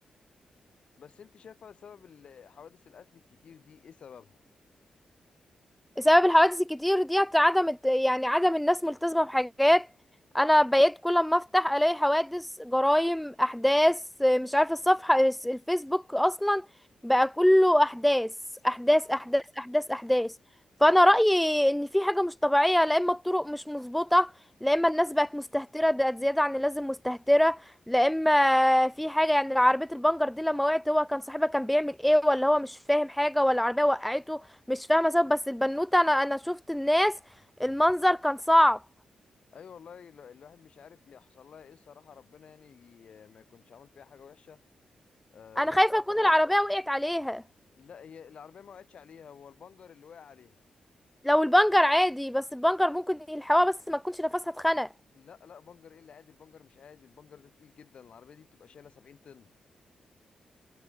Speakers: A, on the left; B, in the centre.
A: بس انت شايفه سبب ال- حوادث القتل الكتير دي ايه سببها
B: سبب الحوادث الكتير دي عدم الت- يعني عدم الناس ملتزمة بحاجات انا بقيت كل ما افتح الاقي حوادث جرائم احداث مش عارفة الصفحة الفيسبوك اصلا بقى كله احداث احداث
A: لا
B: احداث احداث احداث فانا رأيي ان في حاجة مش طبيعية لا اما الطرق مش مظبوطة لا اما الناس بقت مستهترة بقت زيادة عن اللازم مستهترة لا اما في حاجة يعني عربية البنجر دي لما وقعت هو كان صاحبها كان بيعمل ايه ولا هو مش فاهم حاجة ولا العربية وقعته مش فاهمه سبب بس البنوته انا انا شفت الناس المنظر كان صعب
A: ايوه والله ال- الواحد مش عارف هي حصل لها ايه الصراحه ربنا يعني ي- ما يكونش عامل فيها حاجه وحشه آه
B: انا خايفه تكون العربيه وقعت عليها
A: لا هي العربيه ما وقعتش عليها هو البنجر اللي وقع عليها
B: لو البنجر عادي بس البنجر ممكن يلحقوها بس ما تكونش نفسها اتخنق
A: لا لا بنجر ايه اللي عادي البنجر مش عادي البنجر ده تقيل جدا العربيه دي بتبقى شايله 70 طن